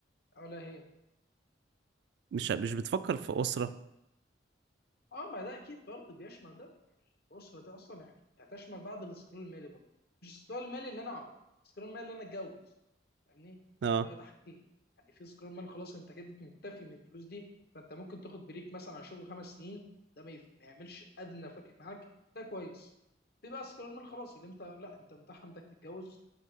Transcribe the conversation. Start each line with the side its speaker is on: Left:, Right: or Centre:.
Left: ولا هي
Right: مش مش بتفكر في أسرة
Left: اه ما ده اكيد برضه بيشمل ده يعني الاسره دي اصلا يعني هتشمل بعض السكرول المالي برضه مش السكرول المالي اللي انا اقعد السكرول المالي اللي انا اتجوز فاهمني
Right: اه
Left: ده ده حاجتين يعني في سكرول مالي خلاص انت كده مكتفي من الفلوس دي فانت ممكن تاخد بريك مثلا على شغل خمس سنين ده ما, يف... ما يعملش ادنى فرق معاك ده كويس في بقى سكرول مالي خلاص اللي انت لا انت متاح عندك تتجوز